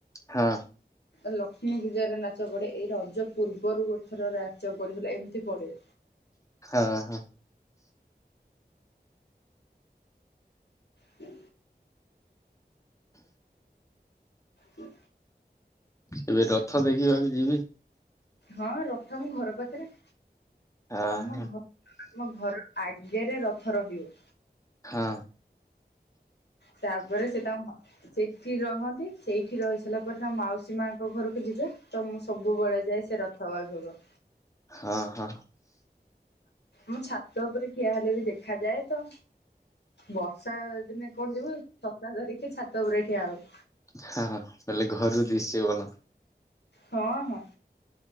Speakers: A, on the left (about 20°); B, on the left (about 85°).
A: ହଁ।
B: ହଁ ଏ ଲକ୍ଷ୍ମୀ ପୂଜାରେ ନାଚ ପଡ଼େ ଏଇ ରଜ ପୂର୍ବରୁ ଗୋଟେ ଥର ନାଚ କରିଥିଲା ଏମିତି ପଡ଼େ।
A: ହଁ ହଁ।
B: ହୁଁ ହୁଁ
A: ଏବେ ରଥ ଦେଖିବାକୁ ଯିବି।
B: ହଁ ରଥ ଆମ ଘର ପାଖରେ।
A: ହଁ
B: ଆମ
A: ହଁ
B: ଘ ଆମ ଘର ଆଗେରେ ରଥ ରହିବ।
A: ହଁ
B: ତାପରେ ସେ ତାଙ୍କ ମା ସେଠି ରହନ୍ତି ସେଇଠି ରହି ସାରିଲା ପରେ ତା ମାଉସୀ ମାଙ୍କ ଘରକୁ ଯିବେ। ତ ମୁଁ ସବୁବେଳେ ଯାଏ ସେ ରଥ <unintelligible>
A: ହଁ ହଁ।
B: ମୁ ଛାତ ଉପରେ ଠିଆ ହେଲେ ବି ଦେଖାଯାଏ ତ ବ ର୍ଷା ଦିନେ କୋଡ଼ ଯିବୁ ଛତା ଧରିକି ଛାତ ଉପରେ ଠିଆ ହଉ।
A: ହଁଁ ବୋଇଲେ ଘରୁ ଦିସେ ଭଲ।
B: ହଁ ହଁ।